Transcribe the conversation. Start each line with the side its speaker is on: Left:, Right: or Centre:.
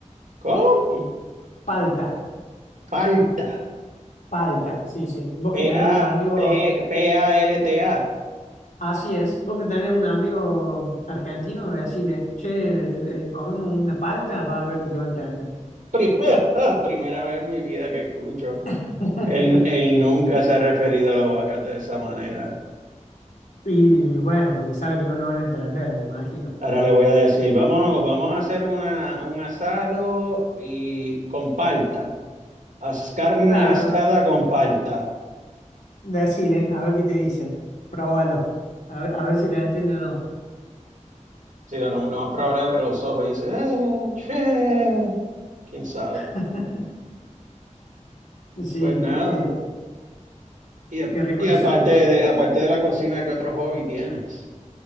Right: ¿cómo?
Left: Eh, palta,
Right: Palta.
Left: palta, sí, sí. Vos
Right: P-A,
Left: que tenés un amigo,
Right: P- P-A-L-T-A.
Left: así es, vos que tenés un amigo argentino, decirle, che, eh, comemos una palta, va a ver que te va a entender.
Right: Primera, <laughs> primera vez en mi vida que escucho.
Left: <laughs>
Right: Él, él nunca se ha referido al aguacate de esa manera.
Left: Y bueno, porque sabe que no lo van a entender, me imagino.
Right: Ahora le voy a decir, vamos, vamos a hacer una, un asado y con palta. Haz carne
Left: Claro,
Right: asada con palta.
Left: decile, a ver qué te dice. Próbalo. A ver, a ver si te entiende o no.
Right: Sí, lo, lo más probable abre los ojos y dice, "Eh, che". ¿Quién sabe?
Left: <laughs> Sí,
Right: Pues nada.
Left: eh,
Right: Y, a-
Left: qué rico
Right: y
Left: un
Right: aparte
Left: asadito.
Right: de, aparte de la cocina, ¿qué otro hobby tienes?